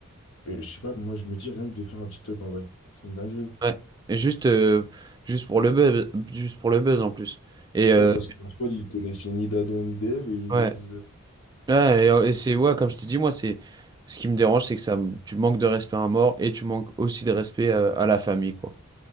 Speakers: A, on the left; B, on the right.
A: et je sais pas, moi, je me dis rien que de faire un TikTok en vrai. C'est une dinguerie.
B: Ouais. Et juste, euh, juste pour le buzz, juste pour le buzz en plus. Et euh,
A: Ouais, parce qu'en soi, ils connaissaient ni d'Adam ni d'Ève et ils
B: ouais.
A: disent.
B: Ouais, et, euh, et c'est ouais, comme je te dis, moi, c'est ce qui me dérange, c'est que ça, me- tu manques de respect à un mort et tu manques aussi de respect euh, à la famille, quoi.